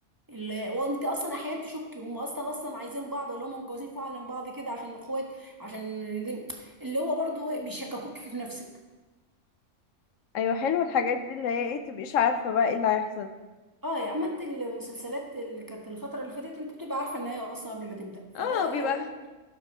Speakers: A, on the right; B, on the left.
A: اللي وانت اصلا احيانا تشك هم اصلا اصلا عايزين بعض ولا هم متجوزين فعلا بعض كده عشان اخوات عشان دي- اللي هو برضه بيشككوك في نفسك
B: ايوه حلو الحاجات دي اللي هي ايه تبقيش عارفه بقى ايه اللي هيحصل
A: اه يا اما انت المسلسلات اللي كانت الفتره اللي فاتت انت بتبقى عارفه النهايه اصلا قبل ما تبدا فده
B: اه بيبقى
A: لو انت